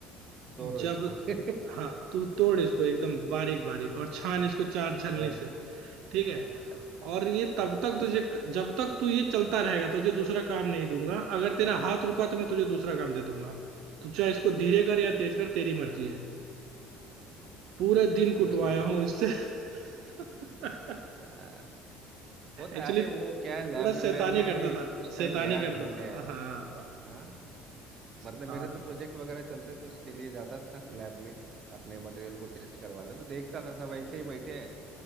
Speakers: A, on the right; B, on the right.
A: तोड़ो
B: जब
A: इसको <laughs>
B: हाँ तू तोड़ इसको एकदम बारीक बारीक और छान इसको चार
A: हाँ,
B: छलनी से ठीक है
A: अच्छा
B: और ये तब तक तुझे जब तक तू ये चलता रहेगा तुझे दूसरा काम नहीं दूंगा अगर तेरा हाथ रुका तो मैं तुझे दूसरा काम दे दूंगा तू चाहे इसको धीरे कर या तेज कर तेरी मर्जी है पूरा दिन
A: फिर
B: कुटवाया
A: उसमें तोड़े
B: हूँ इससे <laughs>
A: हाँ। होता
B: एक्चुअली
A: है अरे वो क्या
B: थोड़ा
A: है लैब में
B: शैतानी
A: मैं मैं
B: करता
A: भी
B: था
A: कुछ
B: शैतानी
A: टाइम गया
B: करता
A: घूमने
B: था
A: ऐसे
B: हाँ
A: हाँ
B: शैतान
A: मतलब मेरे तो प्रोजेक्ट वगैरह चलते थे उसके लिए जाता था लैब में अपने मटेरियल को टेस्ट करवाना तो देखता था सब ऐसे ही बैठे हैं